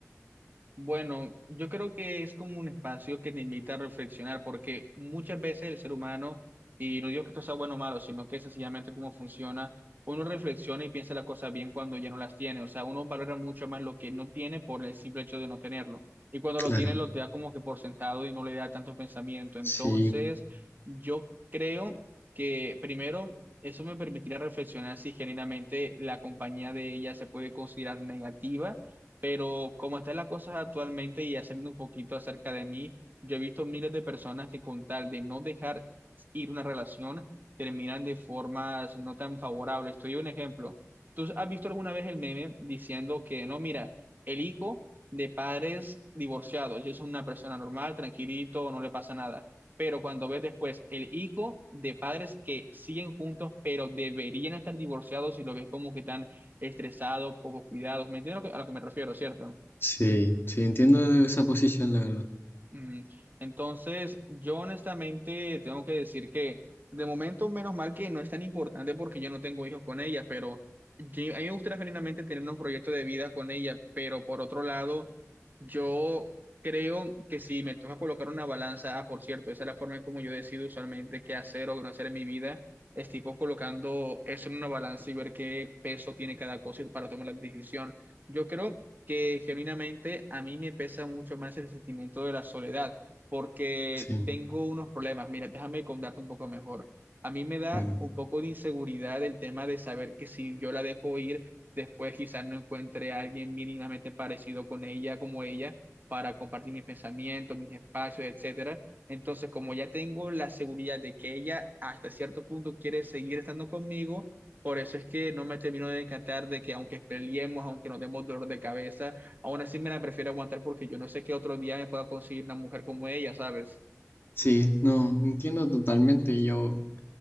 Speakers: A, on the right; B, on the left.
A: Bueno, yo creo que es como un espacio que te invita a reflexionar, porque muchas veces el ser humano, y no digo que esto sea bueno o malo, sino que sencillamente cómo funciona, uno reflexiona y piensa las cosas bien cuando ya no las tiene. O sea, uno valora mucho más lo que no tiene por el simple hecho de no tenerlo. Y cuando lo
B: Claro,
A: tiene, lo da como que por sentado y no le da tanto pensamiento. Entonces,
B: sí,
A: yo creo que primero, eso me permitirá reflexionar si genuinamente la compañía de ella se puede considerar negativa pero como están las cosas actualmente y ya saliendo un poquito acerca de mí, yo he visto miles de personas que con tal de no dejar ir una relación, terminan de formas no tan favorables. Estoy un ejemplo. ¿Tú has visto alguna vez el meme diciendo que no, mira, el hijo de padres divorciados es una persona normal, tranquilito, no le pasa nada? Pero cuando ves después el hijo de padres que siguen juntos, pero deberían estar divorciados y lo ves como que tan estresado, poco cuidados. ¿Me entiendes a lo que, a lo que me refiero, cierto?
B: sí, sí, entiendo esa posición, la verdad.
A: Mm, Entonces, yo honestamente tengo que decir que de momento, menos mal que no es tan importante porque yo no tengo hijos con ella, pero yo- a mí me gustaría genuinamente tener un proyecto de vida con ella, pero por otro lado, yo creo que si me toca colocar una balanza, ah, por cierto, esa es la forma en como yo decido usualmente qué hacer o qué no hacer en mi vida, es tipo colocando eso en una balanza y ver qué peso tiene cada cosa y para tomar la decisión. Yo creo que genuinamente a mí me pesa mucho más el sentimiento de la soledad, porque
B: Sí,
A: tengo unos problemas. Mira, déjame contarte un poco mejor. A mí me da
B: bueno.
A: un poco de inseguridad el tema de saber que si yo la dejo ir, después quizás no encuentre a alguien mínimamente parecido con ella, como ella, para compartir mis pensamientos, mis espacios, etcétera. Entonces, como ya tengo la seguridad de que ella hasta cierto punto quiere seguir estando conmigo, por eso es que no me termino de encantar de que aunque peleemos, aunque nos demos dolor de cabeza, aún así me la prefiero aguantar porque yo no sé qué otro día me pueda conseguir una mujer como ella, ¿sabes?
B: Sí, no, entiendo totalmente. Yo